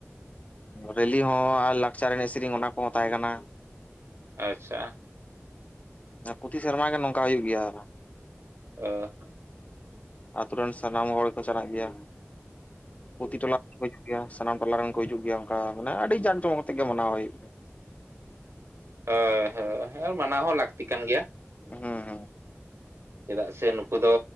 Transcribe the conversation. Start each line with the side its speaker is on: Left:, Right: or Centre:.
Left: ᱨᱮᱞᱤ ᱦᱚᱸ ᱟᱨ ᱞᱟᱠᱪᱟᱨ ᱮᱱᱮᱡ ᱥᱮᱨᱮᱧ ᱚᱱᱟ ᱠᱚᱦᱚᱸ ᱛᱟᱦᱮᱸ ᱠᱟᱱᱟ
Right: ᱟᱪᱪᱷᱟ
Left: ᱯᱩᱛᱷᱤ ᱥᱮᱨᱢᱟ ᱜᱮ ᱱᱚᱝᱠᱟ ᱦᱩᱭᱩᱜ ᱜᱮᱭᱟ
Right: ᱚᱦ
Left: ᱟᱛᱳ ᱨᱮᱱ ᱥᱟᱱᱟᱢ ᱦᱚᱲ ᱠᱚ ᱪᱟᱞᱟᱜ ᱜᱮᱭᱟ ᱯᱩᱛᱷᱤ ᱴᱚᱞᱟ ᱜᱮᱭᱟ ᱥᱟᱱᱟᱢ ᱴᱚᱞᱟ ᱨᱮᱱ ᱠᱚ ᱦᱤᱡᱩᱜ ᱜᱮᱭᱟ ᱚᱱᱠᱟ ᱢᱟᱱᱮ ᱟᱹᱰᱤ ᱡᱟᱠ ᱡᱚᱢᱚᱠ ᱠᱟᱛᱮᱜ ᱜᱮ ᱢᱟᱱᱟᱣ ᱦᱩᱭᱩᱜ ᱜᱮᱭᱟ
Right: ᱦᱳᱭ ᱦᱳᱭ ᱢᱟᱱᱟᱣ ᱦᱚᱸ ᱞᱟᱹᱠᱛᱤ ᱠᱟᱱ ᱜᱮᱭᱟ
Left: ᱦᱩᱸ
Right: ᱪᱮᱫᱟᱜ ᱥᱮ ᱱᱩᱠᱩ ᱫᱚ